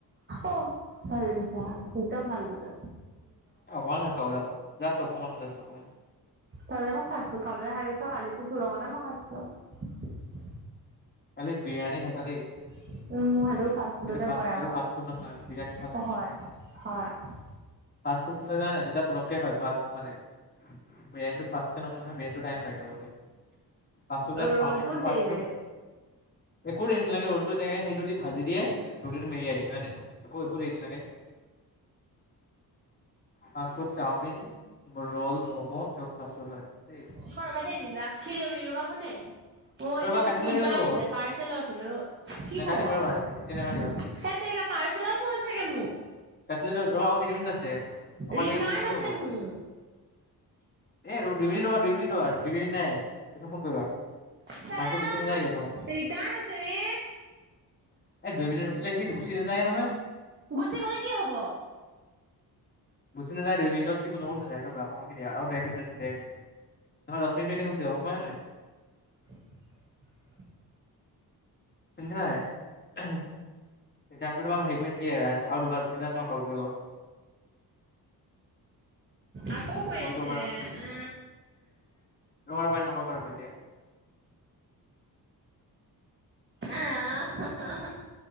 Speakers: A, on the right (about 30°); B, on the left (about 30°).
A: অ ভাল কৈছা সতও ভাল কৈছা
B: মান খাইছো জা্ত অকমান অকমান
A: তহলে মোক ফাষ্টফুড খাবলৈ সাৰিছ কালিতো পুৰক নাই মই খাইছিলো
B: খালি বিৰিয়ানী খাইছা দেই
A: সেইটো ফাষ্ট ফুডতে
B: সেইটো
A: পৰে
B: সেইটো
A: আৰু
B: ফাষ্ট ফুড নহয়, বিৰিয়ানী ফাষ্ট ফুড
A: হয়
B: নহয়।
A: হয়
B: ফাষ্ট ফুডোৱা নাই যিবিলাক যেতিয়া পটকে হয় ফাষ্ট মানে বিৰিয়ানীটো ফাষ্ট
A: ৰলটো দেৰি লাগে
B: <unintelligible> একো দেৰ নালাগে ৰোলটো তেনেকে সেই ৰুট ভাজি দিয়ে ৰুটটো মেৰিয়াই দিয়ে একো একো দেৰি লাগে ফাষ্ট ফুডো চাওমিন ৰ'ল, ম'ম' এইবোৰ ফাষ্ট ফুড হয় দেই।
A: সৰকানে দিলা খীৰ উৰি ৰবাহনে অ এতিয়া
B: ৰ'বা
A: মোক
B: কাটি দিলে
A: খুন্দা
B: শেষ হৈ যাব।
A: আহিছে পাৰ্চেল চাগে ৰ কি
B: নাকাটিবা
A: কওঁ বা
B: ৰ'বা,
A: সে
B: এতিয়া নাকাটিবা।
A: তেৰিকা পাৰ্চেলৰ ফোন চাগে মো
B: কাটিলে ধৰা আৰু তিনি মিনিট আছে,
A: ৰিটাৰ্ণ
B: অকন দেৰিকে ফোন কৰিলে
A: আছে
B: হ'ব। এ
A: মোৰ
B: ৰবা, দুই মিনিট ৰবা, দুই মিনিট নাই দুই মিনিট নাইয় ফোন কৰিবা।
A: চালা
B: মাতটো গুচি নাযায়গে
A: মোৰ
B: তোমাৰ।
A: ৰিটাৰ্ণ আছে ৰে
B: এ দুই মিনিট ৰখিলে সি গুচি নাযায় নহয়।
A: গুচি গলে কি হব?
B: গুচি নাযায়, দুই মিনিত সি কলকো নাযায়। ৰবা অলপ ৰখি দিয়া, আৰু দেৰ মিনিট আছে, দেৰ মিনিট। নহলে দহ মিনিটটো এনে গুচি যাব গম পাইছা নাই?
A: <inaudible>
B: শুনিছা নাই। <unintelligible> হেৰি কৰি নিদিয়ে। আৰু দুবাৰ কল কৰিব। <unintelligible>
A: আকৌ কৈ
B: কল
A: আছে,
B: কৰিব আৰু
A: আ
B: ৰবা, ৰবা নকৰিবা এতিয়া।
A: আহ